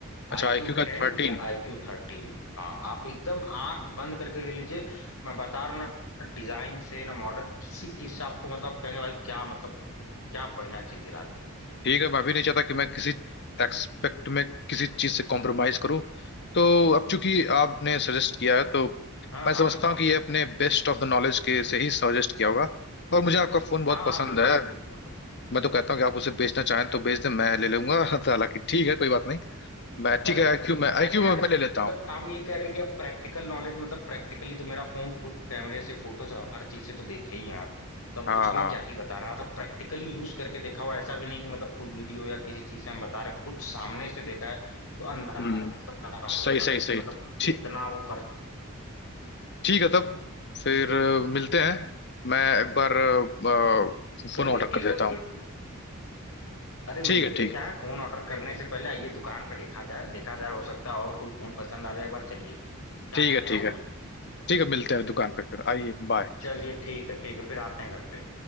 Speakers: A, on the left (about 70°); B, on the left (about 50°).
A: आई
B: अच्छा आईक्यू
A: क्यू
B: का
A: टेन
B: थर्टीन
A: या आई क्यू थर्टीन हाँ आप एकदम आंख बंद करके ले लीजिए मैं बता रहा हूँ ना डिजाइन से ना मॉडल किसी चीज से आपको मतलब कहेंगे भाई क्या मतलब क्या बढ़िया चीज दिला दी
B: ठीक है मैं भी नहीं चाहता कि मैं किसी एक्सपेक्ट में किसी चीज से कॉम्प्रोमाइज करूं तो अब चूंकि आपने सजेस्ट किया है तो
A: हाँ
B: मैं
A: हाँ
B: समझता हूँ कि ये अपने बेस्ट ऑफ द नॉलेज के से ही सजेस्ट किया होगा और मुझे आपका फोन बहुत
A: हाँ
B: पसंद
A: हाँ बिल्कुल
B: है
A: बिल्कुल
B: मैं तो कहता हूँ कि आप उसे बेचना चाहें तो बेच दें मैं ले लूंगा <laughs> तो हालांकि ठीक है कोई बात नहीं मैं ठीक
A: अरे
B: है आईक्यू मैं आईक्यू
A: यार
B: मैं मैं ले लेता
A: मतलब
B: हूँ
A: हम ये कह रहे कि अब प्रैक्टिकल नॉलेज मतलब प्रैक्टिकली तो मेरा फोन खुद कैमरे से फोटो से हर चीज से तो देखे ही हैं आप तब
B: हाँ
A: उसमें
B: हाँ
A: क्या ही बताना मतलब प्रैक्टिकली यूज करके देखा हुआ ऐसा भी नहीं कि मतलब कोई वीडियो या किसी चीज से हम बता रहे कुछ सामने से देखा है तो अंदाजा
B: हम्म
A: होगा
B: सही
A: कि
B: सही सही
A: मतलब कितना
B: ठीक
A: वो कर
B: ठीक है तब फिर अ, मिलते हैं मैं एक बार अ, अ, फोन
A: चलिए
B: ऑर्डर
A: ठीक
B: कर देता
A: है
B: हूँ
A: फिर अरे मिलते
B: ठीक है ठीक
A: क्या है फोन ऑर्डर करने से पहले आइए दुकान पे देखा जाए देखा जाए हो सकता है और कोई फोन पसंद आ जाए एक बार चलिए क्या
B: ठीक
A: कहते
B: है ठीक
A: हैं आऊं
B: है ठीक है मिलते हैं दुकान पे फिर आइए बाय
A: चलिए ठीक है ठीक है फिर आते हैं घर पे